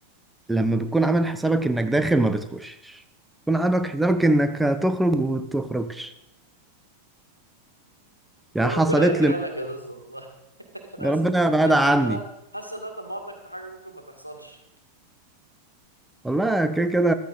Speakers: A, in the centre; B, on the left.
A: لما بتكون عامل حسابك انك داخل ما بتخشش بتكون عامل حسابك انك هتخرج وما بتخرجش يعني
B: يا
A: حصلت
B: ربنا يديها
A: لي
B: لك يا زوز والله <laughs> انا
A: يا
B: حاسس
A: ربنا بعد
B: حاسس
A: عني
B: ان انا حاسس ان انا طمعتك في حاجة ممكن ما تحصلش
A: والله كده كده